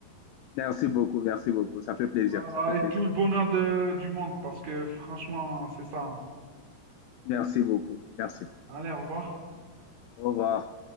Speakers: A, on the left; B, on the right.
A: Merci beaucoup. Merci beaucoup. Ça fait plaisir.
B: Voilà,
A: Ça fait plaisir.
B: et tout le bonheur de- du monde, parce que franchement, c'est ça. hein.
A: Merci beaucoup. Merci.
B: Allez, au revoir.
A: Au revoir.